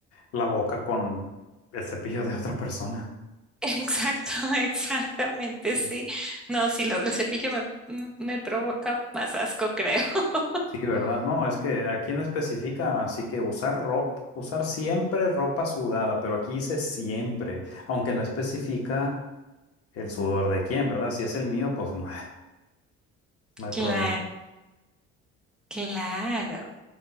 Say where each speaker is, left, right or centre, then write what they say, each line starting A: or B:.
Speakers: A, on the left; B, in the centre.
A: la boca con el cepillo de otra persona.
B: Exacto, exactamente,
A: Sí.
B: sí. No, sí, lo del cepillo me, m- me provoca más asco, creo. <laughs>
A: Sí, ¿verdad? No, es que aquí no especifica, así que usar ropa, usar siempre ropa sudada, pero aquí dice siempre, aunque no especifica el
B: Mm.
A: sudor de quién, ¿verdad? Si es el mío, pues no, hay- no hay
B: Claro,
A: problema.
B: claro.